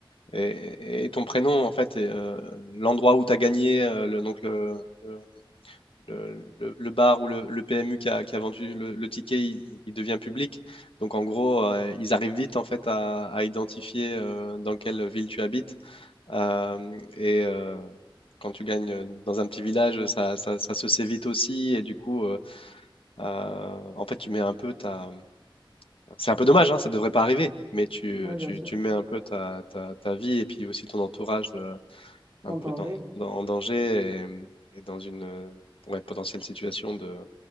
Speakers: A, on the left (about 85°); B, on the right (about 30°).
A: et, et ton prénom, en fait, et, euh, l'endroit où tu as gagné, euh, le, donc le, le, le- le le bar ou le, le PMU qui a, qui a vendu le, le ticket, il, il devient public. Donc en gros, euh, ils arrivent vite en fait à, à identifier euh, dans quelle ville tu habites. Euh, et euh, quand tu gagnes dans un petit village, ça, ça, ça se sait vite aussi. Et du coup, euh, euh, en fait, tu mets un peu ta c'est un peu dommage, hein, ça devrait pas arriver, mais tu,
B: Oui, bien
A: tu,
B: sûr.
A: tu mets un peu ta, ta, ta vie et puis aussi ton entourage euh, un
B: En
A: peu
B: danger,
A: dans- dans- en danger et, et dans une euh, ouais, potentielle situation de,